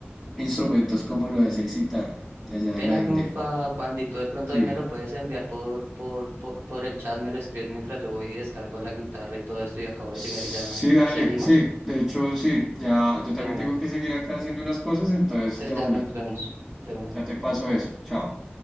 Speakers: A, in the centre; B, on the right.
A: instrumentos como lo es el sitar de allá
B: Apenas
A: de la India.
B: Nufa, Juan, y tú de pronto
A: Sí.
B: ahí me lo puedes enviar por, por, por, por el chat, me lo escribes mientras yo voy y descargo la guitarra y todo esto y acabo
A: Sí,
B: de llegar y ya
A: dale,
B: seguimos
A: sí. De hecho, sí. Ya, yo también
B: de una.
A: tengo que seguir acá haciendo unas cosas, entonces
B: Entonces
A: de una.
B: ya nos vemos de una.
A: Ya te paso eso. Chao.